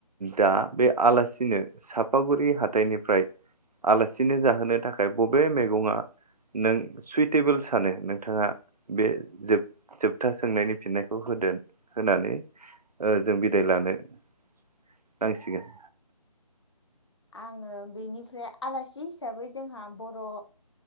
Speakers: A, on the right; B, on the left.
A: दा बे आलासिनो सापागुरि हाथाइनिफ्राय आलासिनो जाहोनो थाखाय बबे मैगङा नों सुइटेबोल सानो नोंथाङा बे जोब जोबथा सोंनायनि फिननायखौ होदो होनानै ओ जों बिदाय लानो नांसिगोन।
B: आङो बेनिफ्राय आलासि हिसाबै जोंहा बर'